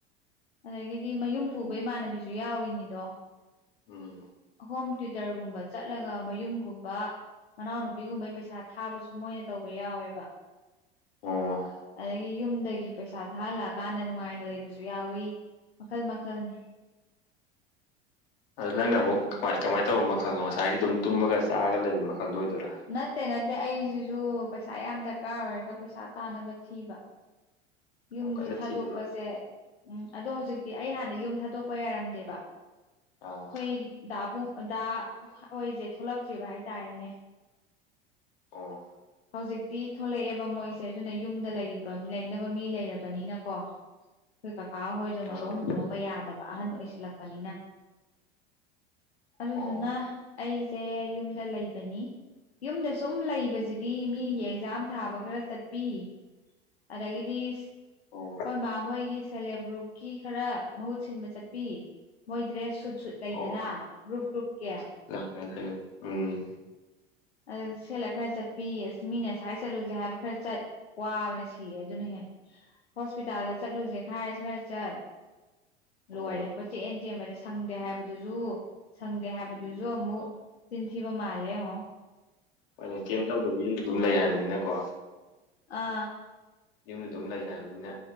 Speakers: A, on the left; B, on the left.
A: ꯑꯗꯒꯤꯗꯤ ꯃꯌꯨꯝ ꯄꯨꯕ ꯏꯃꯥꯟꯅꯕꯤꯁꯨ ꯌꯥꯎꯔꯤꯅꯤꯗꯣ
B: ꯎꯝ
A: ꯍꯣꯝꯇ꯭ꯌꯨꯇꯔꯒꯨꯝꯕ ꯆꯠꯂꯒ ꯃꯌꯨꯝꯒꯨꯝꯕ ꯃꯅꯥꯎꯅꯨꯄꯤꯒꯨꯝꯕꯩ ꯄꯩꯁꯥ ꯊꯥꯕꯁꯨ ꯃꯣꯏꯅ ꯇꯧꯕ ꯌꯥꯎꯋꯦꯕ
B: ꯑꯣ
A: ꯑꯗꯒꯤ ꯌꯨꯝꯗꯒꯤ ꯄꯩꯁꯥ ꯊꯥꯍꯜꯂꯛꯑꯀꯥꯟꯗ ꯅꯨꯡꯉꯥꯏꯅ ꯂꯩꯕꯁꯨ ꯌꯥꯎꯋꯤ ꯃꯈꯜ ꯃꯈꯜꯅꯦ
B: ꯑꯗ ꯅꯪꯅ ꯑꯃꯨꯛ ꯀꯃꯥꯏ ꯀꯃꯥꯏꯅ ꯇꯧꯕ ꯃꯈꯜꯅꯣ ꯉꯁꯥꯏꯒꯤ ꯑꯗꯨꯝ ꯇꯨꯝꯃꯒ ꯆꯥꯔꯒ ꯂꯩꯕ ꯃꯈꯜꯗꯣ ꯑꯣꯏꯗꯣꯏꯔꯥ
A: ꯅꯠꯇꯦ ꯅꯠꯇꯦ ꯑꯩꯁꯤꯁꯨ ꯄꯩꯁꯥ ꯌꯥꯝ ꯗꯔꯀꯥꯔ ꯑꯣꯏꯔꯒ ꯄꯩꯁꯥ ꯇꯥꯅꯕ ꯊꯤꯕ ꯌꯨꯝꯁꯨ
B: ꯌꯥꯝ ꯀꯟꯅ
A: ꯊꯥꯗꯣꯛꯄꯁꯦ
B: ꯊꯤꯔꯤꯕ
A: ꯎꯝ ꯑꯗꯣ ꯍꯧꯖꯤꯛꯇꯤ ꯑꯩ ꯍꯥꯟꯅ ꯌꯨꯝ ꯊꯥꯗꯣꯛꯄ ꯌꯥꯔꯝꯗꯦꯕ
B: ꯑꯥ
A: ꯈꯣꯏ ꯗꯥꯕꯨꯡ ꯗꯥ ꯍꯣꯏꯁꯦ ꯊꯣꯛꯂꯛꯇ꯭ꯔꯤꯕ ꯍꯥꯏꯇꯥꯔꯦꯅꯦ
B: ꯑꯣ
A: ꯍꯧꯖꯤꯛꯇꯤ ꯊꯣꯛꯂꯛꯑꯦꯕ ꯃꯣꯏꯁꯦ ꯑꯗꯨꯅ ꯌꯨꯝꯗ ꯂꯩ ꯂꯩꯅꯕ ꯃꯤ ꯂꯩꯔꯕꯅꯤꯅꯀꯣ ꯈꯣꯏ ꯀꯥꯀꯥ ꯍꯣꯏꯗꯣ
B: ꯑꯥ
A: ꯃꯇꯣꯝ ꯍꯨꯟꯗꯣꯛ ꯌꯥꯗꯕ ꯑꯍꯟ ꯑꯣꯏꯁꯜꯂꯛꯄꯅꯤꯅ ꯑꯗꯨꯗꯨꯅ
B: ꯑꯣ
A: ꯑꯩ ꯁꯦ ꯌꯨꯝꯗ ꯂꯩꯕꯅꯤ ꯌꯨꯝꯗ ꯁꯨꯝ ꯂꯩꯕ ꯑꯗꯨꯖꯤꯗꯤ ꯃꯤꯒꯤ ꯑꯦꯛꯖꯥꯝ ꯊꯥꯕ ꯈꯔ ꯆꯠꯄꯤ ꯑꯗꯒꯤꯗꯤ ꯑꯩꯈꯣꯏ
B: ꯑꯣ
A: ꯃꯥ ꯍꯣꯏꯒꯤ ꯁꯦꯂꯦꯞ ꯒ꯭ꯔꯨꯞꯀꯤ ꯈꯔ ꯃꯍꯨꯠ ꯁꯤꯟꯕ ꯆꯠꯄꯤ ꯃꯣꯏ ꯗ꯭ꯔꯦꯁ ꯁꯨꯠ ꯁꯨꯠ ꯂꯩꯗꯅ
B: ꯑꯣ
A: ꯒ꯭ꯔꯨꯞ ꯒ꯭ꯔꯨꯞꯀꯤ
B: <unintelligible> ꯎꯝ
A: ꯑ ꯁꯦꯠꯂ ꯈꯔ ꯆꯠꯄꯤ ꯑꯁ ꯃꯤꯅꯁꯥꯏ ꯆꯠꯂꯨꯁꯦ ꯍꯥꯏꯕ ꯈꯔ ꯆꯠ ꯋꯥꯕꯅ ꯁꯤꯌꯦ ꯑꯗꯨꯅ ꯍꯦ ꯍꯣꯁꯄꯤꯇꯥꯜꯗ ꯆꯠꯂꯨꯁꯦ ꯈꯥꯏꯔ ꯈꯔ ꯆꯠ
B: ꯑꯣ
A: ꯂꯣꯏꯔꯦ ꯑꯩꯈꯣꯏ ꯆꯦꯛꯑꯦꯟ ꯆꯦꯟꯕꯗ ꯁꯪꯗꯦ ꯍꯥꯏꯕꯗꯨꯁꯨ ꯁꯪꯗꯦ ꯍꯥꯏꯕꯗꯨꯁꯨ ꯑꯃꯨꯛ ꯆꯤꯤꯟꯊꯕ ꯃꯥꯂꯦ ꯑꯣ
B: ꯍꯣꯏ ꯑꯣꯏꯅ ꯀꯦꯝ ꯇꯧꯗꯕ ꯌꯨꯝꯗ ꯑꯗꯨꯝ ꯂꯩ ꯍꯥꯏꯕꯅꯤꯅꯀꯣ
A: ꯑ
B: ꯌꯨꯝꯗ ꯑꯗꯨꯝ ꯂꯩ ꯍꯥꯏꯕꯅꯤꯅ